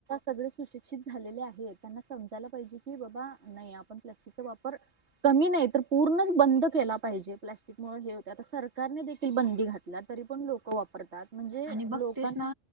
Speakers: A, on the right; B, on the right.
A: सगळे सुशिक्षित झालेले आहे. त्यांना समजायला पाहिजे की बाबा नाही आपण प्लास्टिकचा वापर कमी नाही तर पूर्णच बंद केला पाहिजे‌. प्लास्टिक मुळे हे होते. आता सरकारने देखील बंदी घातल्या, तरी पण लोक वापरतात. म्हणजे
B: आणि बघतेस
A: लोकांना
B: ना